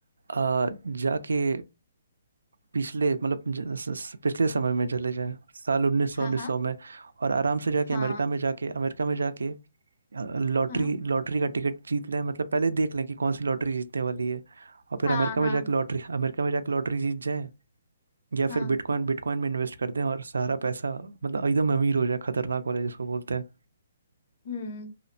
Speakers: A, on the right; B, on the left.
A: आ, जाके पिछले मतलब ज- स- स- पिछले समय में चले जाएं साल उन्नीस सौ
B: हाँ
A: उन्नीस
B: हाँ
A: सौ में और आराम से जाके
B: हाँ
A: अमेरिका में जाके अमेरिका में जाके लॉटरी
B: हाँ
A: लॉटरी का टिकट जीत लें मतलब पहले ही देख लें कि कौन सी लॉटरी जीतने वाली है और फिर
B: हाँ
A: अमेरिका
B: हाँ
A: में जाके लॉटरी अमेरिका में जाके लॉटरी जीत जाएं या
B: हाँ
A: फिर बिटकॉइन बिटकॉइन में इन्वेस्ट कर दें और सारा पैसा मतलब एकदम अमीर हो जाए खतरनाक वाले जिसको बोलते हैं
B: हम्म